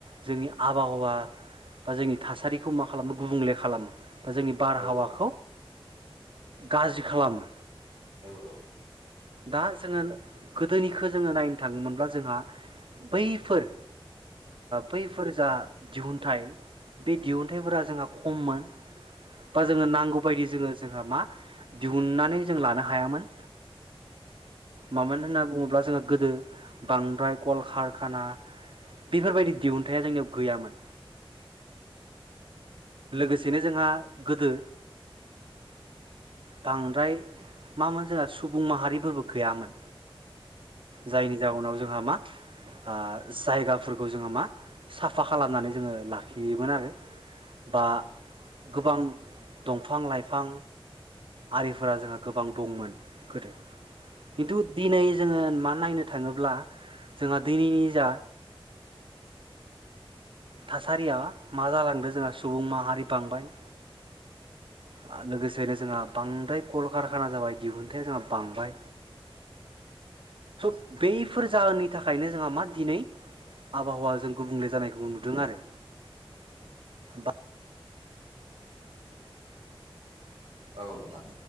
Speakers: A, on the right; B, on the right.
A: जोंनि आबहावा बा जोंनि थासारिखौ मा खालामो गुबुंले खालामो बा जोंनि बारहावाखौ
B: औ
A: गाज्रि खालामो
B: औ औ
A: दा जोङो गोदोनिखौ जोङो नायनो थाङोमोनब्ला जोंहा बैफोर बैफोर जा दिहुनथाइ बे दिहुनथाइफोरा जोंहा खममोन बा जोङो नांगौ बायदि जोङो जोंहा मा दिहुननानै जों लानो हायामोन मामोन होनना बुङोब्ला जों गोदो बांद्राइ गलखारि खाना बेफोर बाइदि दिहुनथाइ जोंनाव गैयामोन लोगोसे जोंहा गोदो बांद्राइ मामोन जोंहा सुबुंमाहा फोरबो गैयामोन जायनि जहोनाव जोंहा मा जायगाफोरखौ जोंहा मा साफा खालामनानै जोङो लाखियोमोन आरो बा गोबां दंफां लाइफां आरिफोरा जोंहा गोबां दंमोन गोदो खिन्थु दिनै जोङो मा नायनो थाङोब्ला जोंहा दिनैनि जा थासारिया मा जालांदों जोंहा सुबुं माहारि बांबाय आ लोगोसेनो जोंहा बांद्राय कलकारखाना जाबाय दिहुनथाइा जोंहा बांबाय स' बैफोर जाहोननि थाखायनो जोंहा मा दिनै आबहावा जों गुबुंले जानायखौ नुदों आरो बा
B: औ नोंथां